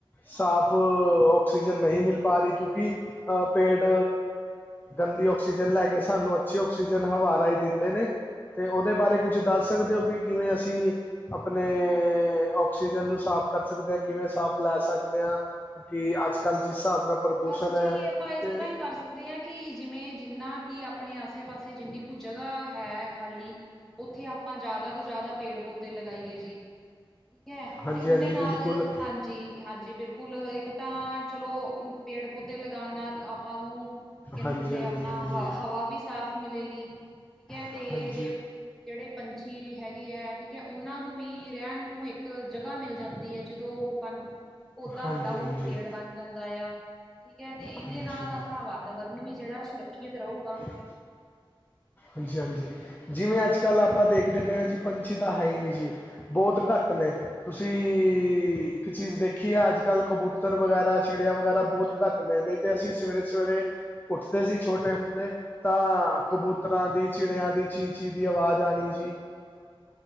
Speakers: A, on the left; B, in the centre.
A: ਸਾਫ ਆ ਔਕਸੀ ਔਕਸੀਜਨ ਨਹੀਂ ਪਾ ਰਹੀ ਕਿਉਂਕਿ ਪੇਟ ਗੰਦੀ ਔਕਸੀਜਨ
B: ਹਾਂਜੀ
A: ਲੈ ਕੇ
B: ਹਾਂਜੀ ਹਾਂਜੀ
A: ਸਾਨੂੰ ਅੱਛੀ ਆਕਸੀਜਨ ਹਵਾ ਰਾਹੀਂ ਦਿੰਦੇ ਨੇ, ਤੇ ਉਹਦੇ ਬਾਰੇ ਕੁਛ ਦੱਸ
B: ਹਾਂਜੀ
A: ਸਕਦੇ ਓ ਕਿ ਕਿਵੇਂ ਅਸੀਂ ਆਪਣੇ ਔਕਸੀਜਨ ਨੂੰ ਸਾਫ਼ ਕਰ ਸਕਦੇ ਆ ਸਾਫ਼ ਲੈ ਸਕਦੇ ਆ ਕਿ ਅੱਜ ਕੱਲ੍ਹ ਜਿਸ ਹਿਸਾਬ ਨਾਲ ਪ੍ਰਦੂਸ਼ਣ
B: ਬਸ ਜੀ
A: ਹੈ
B: ਆਪਾਂ ਇਸ
A: ਤੇ
B: ਤਰ੍ਹਾਂ ਹੀ ਕਰ ਸਕ ਸਕਦੇ ਆ ਕਿ ਜਿਵੇਂ, ਜਿੰਨਾ ਕਿ ਆਪਣੇ ਆਸੇ ਪਾਸੇ ਜਿੰਨੀ ਕੁ ਜਗ੍ਹਾ ਹੈ ਖਾਲੀ ਉੱਥੇ ਆਪਾਂ ਜ਼ਿਆਦਾ ਤੋਂ ਜ਼ਿਆਦਾ ਪੇੜ ਪੌਦੇ ਲਗਾਈਏ ਜੀ। ਠੀਕ ਐ
A: ਹਾਂਜੀ
B: ਤੇ ਉਦੇ
A: ਹਾਂਜੀ
B: ਨਾਲ
A: ਬਿਲਕੁਲ
B: ਹਾਂਜੀ -ਹਾਂਜੀ, ਬਿਲਕੁਲ ਇੱਕ ਤਾਂ ਚਲੋ ਪੜੇ- ਪੌਦੇ ਲਗਾਣ ਨਾਲ ਆਪਾਂ ਨੂੰ ਕੀ ਕਹਿੰਦੇ
A: ਹਾਂਜੀ
B: ਹੁੰਦੇ
A: ਹਾਂਜੀ
B: ਆ ਆਪਣਾ
A: ਹਾਂਜੀ
B: ਹ ਹਵਾ ਵੀ ਸਾਫ਼ ਮਿਲੇਗੀ। ਠੀਕ ਐ
A: ਹਾਂਜੀ
B: ਤੇ ਜੇ ਜਿਹੜੇ ਪੰਛੀ ਹੈਗੇ ਐ ਠੀਕ ਕਿ ਉਹਨਾਂ ਨੂੰ ਵੀ ਰਹਿਣ ਨੂੰ ਇੱਕ ਜਗ੍ਹਾ ਮਿਲ ਜਾਂਦੀ ਐ ਜਦੋਂ ਉਹ ਬਣ ਪੌਦਾ
A: ਹਾਂਜੀ
B: ਵੱਡਾ ਹੋ
A: ਹਾਂਜੀ
B: ਕੇ ਪੇੜ ਬਣ ਜਾਂਦਾ ਆ। ਠੀਕ ਐ ਤੇ ਇਹਦੇ
A: ਹਾਂਜੀ
B: ਨਾਲ ਆਪਣਾ ਵਾਤਾਵਰਨ ਵੀ ਜਿਹੜਾ ਸੁਰੱਖਿਅਤ ਰਹੋ ਗਾ।
A: <inaudible> ਹਾਂਜੀ -ਹਾਂਜੀ ਜਿਵੇਂ ਅੱਜ -ਕੱਲ ਆਪਾਂ ਦੇਖਦੇ ਪਏ ਆ ਜੀ ਪੰਛੀ ਤਾਂ ਹੈ ਹੀ ਨਹੀ ਜੀ ਬਹੁਤ ਘੱਟ ਨੇ ਤੁਸੀਂ ਇੱਕ ਚੀਜ਼ ਦੇਖੀ ਆ ਅੱਜ- ਕੱਲ ਕਬੂਤਰ ਵਗੈਰਾ, ਚਿੜਿਆ ਵਗੈਰਾ ਬਹੁਤ ਘੱਟ ਨੇ-ਨੇ ਤੇ ਅਸੀਂ ਸਵੇਰੇ -ਸਵੇਰੇ ਉੱਠਦੇ ਸੀ
B: ਹਾਂਜੀ
A: ਛੋਟੇ ਹੁੰਦੇ ਤਾਂ ਕਬੂਤਰਾਂ
B: ਹਾਂਜੀ
A: ਦੀ, ਚਿੜਿਆਂ ਦੀ ਚੀਂ- ਚੀਂ ਦੀ ਆਵਾਜ਼ ਆਣੀ
B: ਆਂਦੀ ਸੀ